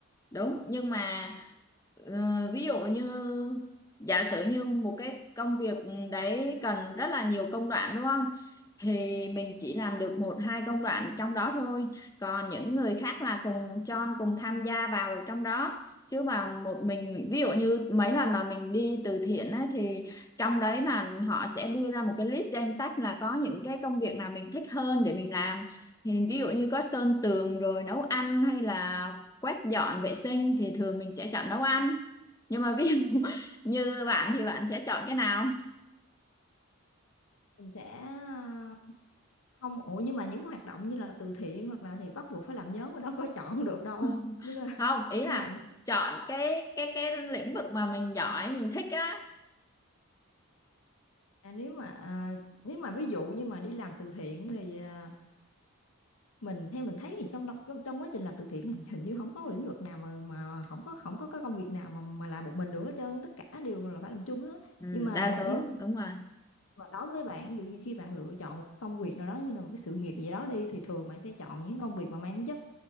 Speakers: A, on the left; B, on the left.
A: đúng nhưng mà Ờ, ví dụ như giả sử như một cái công việc đấy cần rất là nhiều công đoạn đúng không? Thì mình chỉ làm được một hai công đoạn trong đó thôi. Còn những người khác là cùng chon cùng tham gia vào trong đó. Chứ mà một mình ví dụ như mấy lần mà mình đi từ thiện á, thì trong đấy là họ sẽ đưa ra một cái list danh sách là có những cái công việc nào mình thích hơn để mình làm. Thì ví dụ như có sơn tường rồi nấu ăn hay là quét dọn vệ sinh thì thường mình sẽ chọn nấu ăn nhưng mà ví dụ <laughs> như bạn thì bạn sẽ chọn cái nào
B: mình sẽ ờ, không ủa nhưng mà những cái hoạt động như là từ thiện hoặc là thì bắt buộc phải làm nhóm mà đâu có <laughs> chọn được đâu
A: <laughs>
B: Nên là
A: không ý là
B: nhưng mà
A: chọn cái cái cái lĩnh vực mà mình giỏi mình thích á
B: à, nếu mà à, nếu mà ví dụ như mà đi làm từ thiện thì à, mình theo mình thấy thì trong đồng- trong trong quá trình làm từ thiện hình hình như không có lĩnh vực nào mà mà không có không có cái công việc nào mà mà làm một mình được hết trơn tất cả đều là phải làm chung á
A: ừ,
B: nhưng mà
A: đa số
B: nhưng
A: đúng rồi
B: mà đối với bạn ví dụ như khi bạn lựa chọn một công việc nào đó như là một cái sự nghiệp gì đó đi thì thường bạn sẽ chọn những công việc mà mang tính chất